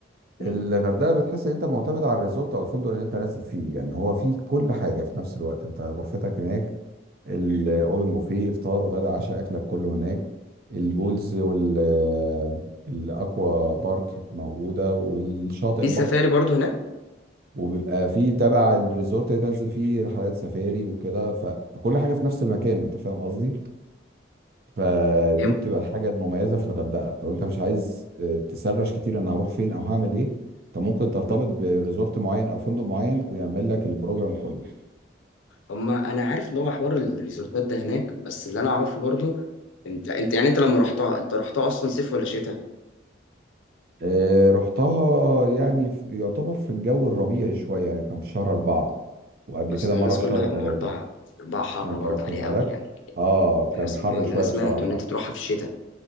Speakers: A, on the left; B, on the right.
A: م-
B: الغردقه بتحس ان انت معتمد على الريزورت او الفندق اللي انت نازل فيه يعني هو فيه كل حاجه في نفس الوقت انت غرفتك هناك الاوبن بوفيه فطار غدا عشاء اكلك كله هناك البولز
A: م.
B: وال آه، الاكوا بارك موجوده والشاطئ
A: في
B: البحر
A: سفاري برضه هناك
B: وبيبقى فيه تبع الريزورت اللي أنت نازل فيه رحلات سفاري وكده ف... فكل حاجه في نفس المكان انت فاهم قصدي فدي
A: هي م-
B: بتبقى الحاجه المميزه في الغردقه لو انت مش عايز آه، تسرش كتير انا هروح فين او هعمل ايه انت ممكن ترتبط
A: م.
B: بريزورت معين او فندق معين ويعمل لك البروجرام كله
A: هما انا عارف ان هو حوار الريزورتات ده هناك بس اللي انا اعرفه برضه انت انت يعني انت لما رحتها انت رحتها اصلا صيف ولا شتاء
B: آه، رحتها يعني في يعتبر في الجو الربيعي شويه يعني كان في شهر أربعة وقبل
A: اصل
B: كده مره
A: الناس
B: في
A: كلها
B: شهر ثلاثة
A: ما اربعه اربعه حر
B: انت
A: برضه
B: واخد
A: عليها
B: بالك
A: قوي يعني
B: اه كان
A: الناس
B: حر
A: اللي
B: شويه
A: انا سمعته
B: بصراحه
A: ان انت تروحها في الشتاء